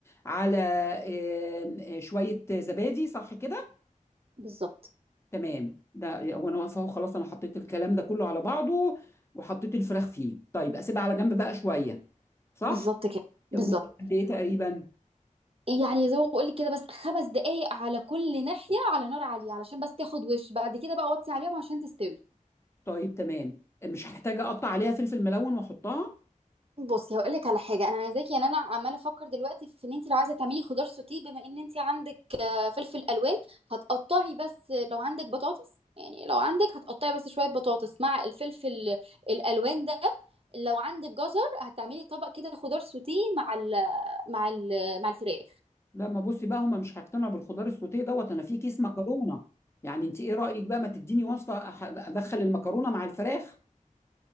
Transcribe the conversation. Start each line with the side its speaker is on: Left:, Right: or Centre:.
Left: على آم، آه، شويه زبادي صح كده
Right: بالظبط
Left: تمام ده وانا واقفه اهو خلاص انا حطيت الكلام ده كله على بعضه وحطيت الفراخ فيه طيب اسيبها على جنب بقى شويه صح
Right: بالظبط كده بالظبط
Left: مدة قد ايه تقريبا
Right: يعني زي ما بقول لك كده بس خمس دقايق على كل ناحيه على نار عاليه علشان بس تاخد وش بعد كده بقى وطي عليهم عشان تستوي
Left: طيب تمام مش هحتاج اقطع عليها فلفل ملون واحطها
Right: بصي هقول لك على حاجه انا عايزاكي يعني انا عماله افكر دلوقتي في ان انت لو عايزه تعملي خضار سوتيه بما ان انت عندك آه، فلفل الوان هتقطعي بس لو عندك بطاطس يعني لو عندك هتقطعي بس شويه بطاطس مع الفلفل الالوان ده لو عندك جزر هتعملي طبق كده خضار سوتيه مع ال مع ال مع الفراخ
Left: لا ما بصي بقى هما مش هيقتنعوا بالخضار السوتيه دوت انا في كيس مكرونه يعني انت ايه رايك بقى ما تديني وصفه أح- ادخل المكرونه مع الفراخ